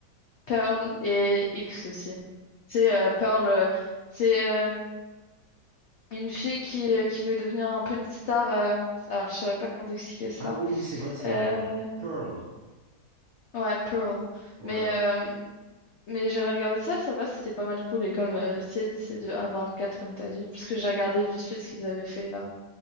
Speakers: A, on the left; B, on the right.
A: Pearl et X aussi. C'est euh, Pearl, euh, c'est euh, une fille qui, euh, qui veut devenir un peu une star. euh, alors, je saurais pas comment t'expliquer ça.
B: Ah oui, c'est vrai, c'est vrai,
A: Euh,
B: ouais. Pearl.
A: ouais, Pearl.
B: Ouais,
A: Mais
B: ouais.
A: euh, Mais j'avais regardé ça, ça va, c'était pas mal cool. Et comme euh, c'est c'est de A24, comme t'as dit, puisque j'ai regardé vite fait ce qu'ils avaient fait là.